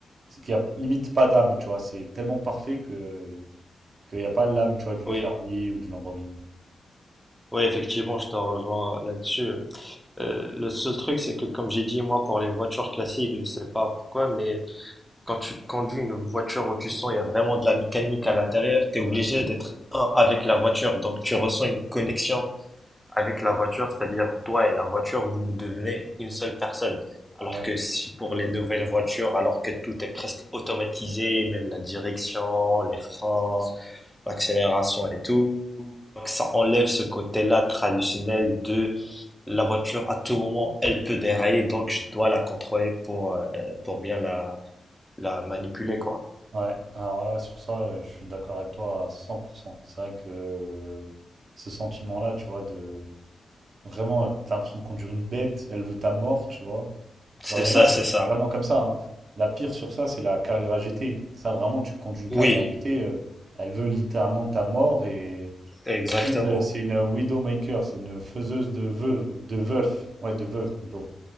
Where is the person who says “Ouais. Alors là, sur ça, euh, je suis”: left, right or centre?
Right